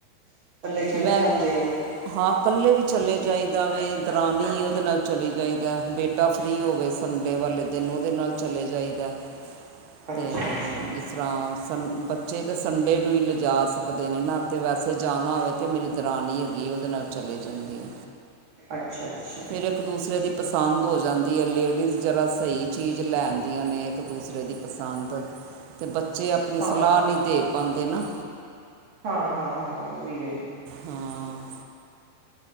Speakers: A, on the right; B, on the right.
A: ਇਕੱਲੇ ਚਲੇ
B: ਮੈ
A: ਜਾਂਦੇ ਹੋ?
B: ਹਾਂ ਕਲੇ ਵੀ ਚਲੇ ਜਾਈਦਾ ਵੇ। ਦਰਾਨੀ ਉਹਦੇ ਨਾਲ ਚਲੀ ਜਾਈਦਾ। ਬੇ ਟੇਟਾ ਫ੍ਰੀ ਹੋਵੇ ਸੰਡੇ ਵਾਲੇ ਦਿਨ ਉਹਦੇ ਨਾਲ ਚਲੇ ਜਾਈਦਾ
A: ਅੱਛਾ,
B: ਤੇ
A: ਅੱਛਾ,
B: ਜਿਸ ਤਰ੍ਹਾਂ ਸੰ ਬੱਚੇ ਤਾਂ ਸੰਡੇ ਨੂੰ ਹੀ ਲਿਜਾ ਸਕਦੇ ਨੇ ਨਾ ਤੇ ਵੈਸੇ ਜਾਣਾ ਹੋਵੇ ਤੇ ਮੇਰੀ ਦਰਾਨੀ ਹੈਗੀ ਏ। ਉਹਦੇ ਨਾਲ ਚਲੇ ਜਾਂਦੀ ਆ।
A: ਅੱਛਾ-ਅੱਛਾ।
B: ਫੇਰ ਇੱਕ ਦੂਸਰੇ ਦੀ ਪਸੰਦ ਹੋ ਜਾਂਦੀ ਐ। ਲੇਡੀਜ਼ ਜਰਾ ਸਹੀ ਚੀਜ਼ ਲੈਦੀਆਂ ਨੇ। ਇੱਕ ਦੂਸਰੇ ਦੀ ਪਸੰਦ ਤੇ ਬੱਚੇ ਆਪਣੀ
A: ਹਾਂ,
B: ਸਲਾਹ ਨਹੀਂ ਦੇ ਪਾਂਦੇ ਨਾ।
A: ਹਾਂ-ਹਾਂ-ਹਾਂ। ਉਹ ਵੀ ਹੈ।
B: ਹਾਂ।